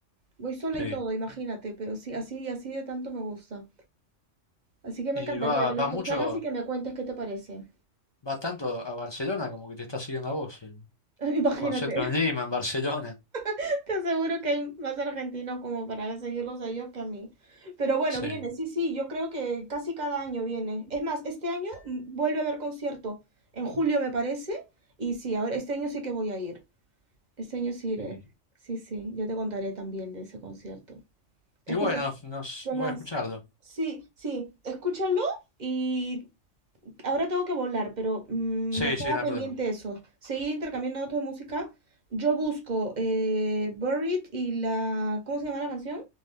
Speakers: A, on the right; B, on the left.
A: Voy sola
B: sí.
A: y todo, imagínate, pero sí, así, así de tanto me gusta. Así que me
B: ¿Y
A: encantaría
B: va,
A: que
B: va
A: lo escucharas
B: mucho?
A: y que me cuentes qué te parece.
B: va tanto a Barcelona como que te está siguiendo a vos. El
A: <laughs> Imagínate,
B: concierto en Lima, en Barcelona.
A: <laughs> te aseguro que hay más argentinos como para seguirlos a ellos que a mí. Pero bueno,
B: Sí.
A: viene, sí, sí, yo creo que casi cada año viene. Es más, este año mm, vuelve a haber concierto, en julio me parece, y sí, ahora este año sí que voy a ir. Este año sí iré.
B: Y,
A: Sí, sí, yo te contaré también de ese concierto. Escucha,
B: y bueno, nos,
A: ¿qué
B: voy
A: más?
B: a escucharlo.
A: Sí, sí, escúchalo y Ahora tengo que volar, pero mm,
B: Sí,
A: nos queda
B: sí, no
A: pendiente
B: hay problema.
A: eso. Seguir intercambiando datos de música. Yo busco eh, Buried y la... ¿Cómo se llama la canción?